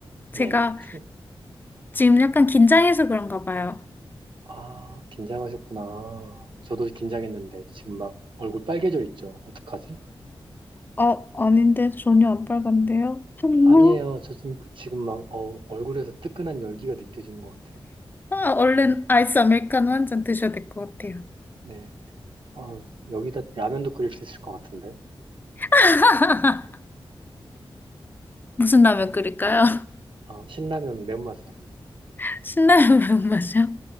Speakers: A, on the right; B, on the left.
A: 네.
B: 제가
A: 충,
B: 지금 약간 긴장해서 그런가 봐요.
A: 아, 긴장하셨구나. 저도 긴장했는데, 지금 막 얼굴 빨개져 있죠? 어떡하지?
B: 아, 아닌데 전혀 안 빨간데요? <laughs>
A: 아니에요. 저 지금, 그- 지금 막, 어, 얼굴에서 뜨끈한 열기가 느껴지는 것 같아요.
B: 아, 얼른 아이스 아메리카노 한 잔 드셔야 될 것 같아요.
A: 네. 어, 여기다 라면도 끓일 수 있을 것 같은데.
B: <laughs> 무슨 라면 끓일까요?
A: 어, 신라면 맨맛으로요.
B: <laughs> 신라면 매운맛이요?